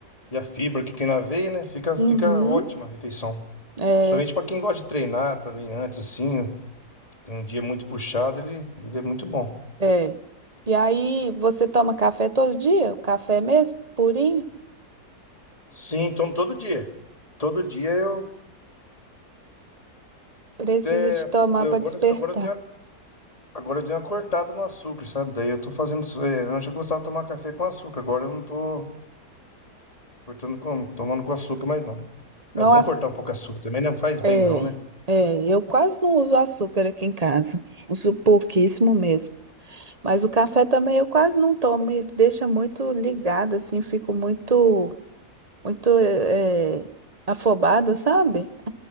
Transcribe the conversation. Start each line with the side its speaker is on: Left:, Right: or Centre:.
Left: E a fibra que tem na veia, né? Fica,
Right: Uhum,
Left: fica ótima a refeição.
Right: é.
Left: Principalmente para quem gosta de treinar também antes, assim, tem um dia muito puxado, ele, ele é muito bom.
Right: É. E aí, você toma café todo dia? O café é mesmo, purinho?
Left: Sim, então todo dia. Todo dia eu,
Right: Precisa
Left: é,
Right: de tomar
Left: eu
Right: para
Left: agora,
Right: despertar.
Left: agora eu dei, uma- agora eu dei uma cortada no açúcar, sabe? Daí eu tô fazendo. É, antes eu gostava de tomar café com açúcar, agora eu não tô cortando com, tomando com açúcar mais não.
Right: Nossa,
Left: É bom cortar um pouco açúcar também, não faz bem
Right: é.
Left: não, né?
Right: É, eu quase não uso açúcar aqui em casa. Uso pouquíssimo mesmo. Mas o café também eu quase não tomo. Ele deixa muito ligado, assim, fico muito, muito é, é, afobada, sabe?